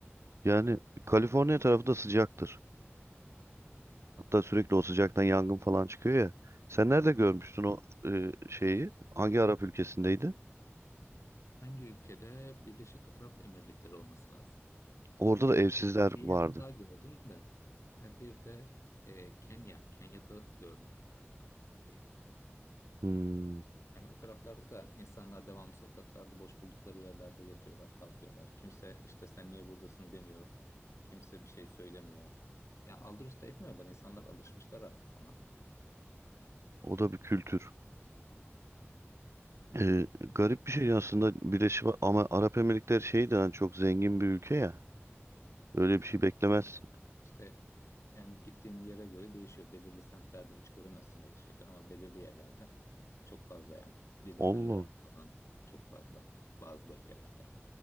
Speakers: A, on the right; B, on the left.
A: Yani Kaliforniya tarafı da sıcaktır. Hatta sürekli o sıcaktan yangın falan çıkıyor ya. Sen nerede
B: Evet.
A: görmüştün o e, şeyi? Hangi Arap ülkesindeydi?
B: Hangi ülkede? Birleşik Arap Emirlikleri olması lazım.
A: Orada da evsizler
B: Bir, bir
A: vardı.
B: yerde daha gördüm de. E, Bir de e, Kenya. Kenya'da gördüm galiba bir de.
A: Hmm,
B: Yani o taraflarda da insanlar devamlı sokaklarda boş buldukları yerlerde yatıyorlar, kalkıyorlar. Kimse işte sen niye buradasın demiyor. Kimse bir şey söylemiyor. Ya aldırış da etmiyorlar. İnsanlar alışmışlar artık ona.
A: o da bir kültür.
B: Evet.
A: E, garip
B: Peki,
A: bir şey aslında Birleşik ama Arap Emirlikleri şeyden yani çok zengin bir ülke ya. Öyle bir şey beklemezsin.
B: İşte yani gittiğin yere göre değişiyor. Belirli semtlerde hiç göremezsin öyle şeyler ama belirli yerlerde çok fazla yani. Dilenenler
A: Allah.
B: falan çok fazla bazı bölgelerde.